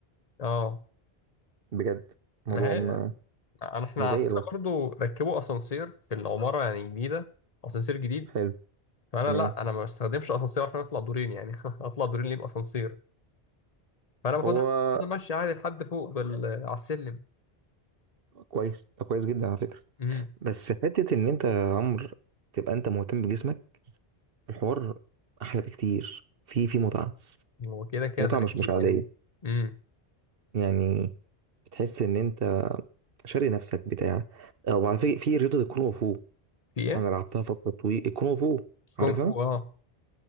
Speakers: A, on the left; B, on the right.
A: اه
B: بجد الموضوع
A: ما هي
B: م-
A: انا احنا
B: مضايق
A: عندنا
B: الواحد
A: برضو ركبوا اسانسير في العماره يعني جديده اسانسير جديد
B: حلو
A: فانا
B: تمام
A: لا انا ما بستخدمش اسانسير عشان اطلع دورين يعني <laughs> اطلع دورين ليه باسانسير فانا باخدها
B: هو
A: باخدها ماشي عادي لحد فوق بال... على السلم
B: كويس ده كويس جدا على فكره
A: امم
B: بس حته ان انت يا عمرو تبقى انت مهتم بجسمك الحوار احلى بكتير في في متعه
A: هو كده كده
B: متعه
A: ده
B: مش
A: اكيد
B: مش عاديه
A: يعني امم
B: يعني بتحس ان انت شاري نفسك بتاع او على فكره في رياضه الكونغ فو
A: في ايه
B: انا لعبتها فتره طويله الكونغ فو عارفها
A: كونغ فو اه